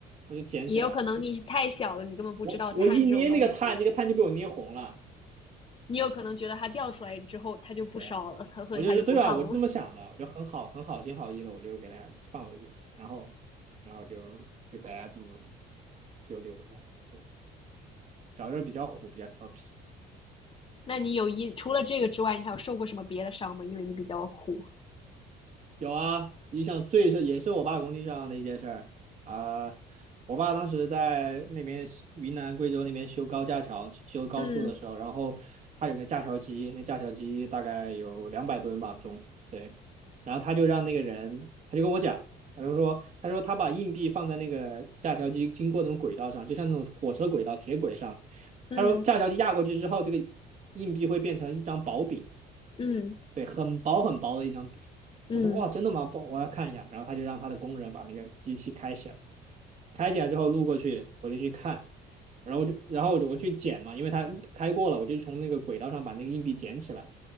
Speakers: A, on the right; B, on the left.
A: 我就捡起来，
B: 也有可能你太小了，你根本不知道碳这种东西，
A: 我我一捏那个碳，那个碳就被我捏红了。
B: 你有可能觉得它掉出来之后它就不烧了，
A: 对，
B: <laughs> 它所以它就不烫了。
A: 我就是对吧？我就这么想的，我就很好很好心好意的，我就给大家放回去，然后然后就就逮家住了，就丢不掉。对小时候比较虎，比较调皮。
B: 那你有一，除了这个之外，你还有受过什么别的伤吗？因为你比较虎。
A: 有啊，印象最是也是我爸工地上的一件事儿啊、我爸当时在那边云南贵州那边修高架桥、修高速的时候，
B: 嗯
A: 然后他有个架桥机，那架桥机大概有两百吨吧重，对。然后他就让那个人，他就跟我讲，他就说，他说他把硬币放在那个架桥机经过那种轨道上，就像那种火车轨道、铁轨上。
B: 嗯
A: 他说架桥机压过去之后，这个硬币会变成一张薄饼。
B: 嗯
A: 对，很薄很薄的一张纸。
B: 嗯
A: 我说哇，真的吗？不，我要看一下。然后他就让他的工人把那个机器开起来。开起来之后路过去，我就去看，然后我就然后我就我去捡嘛，因为它开过了，我就从那个轨道上把那个硬币捡起来，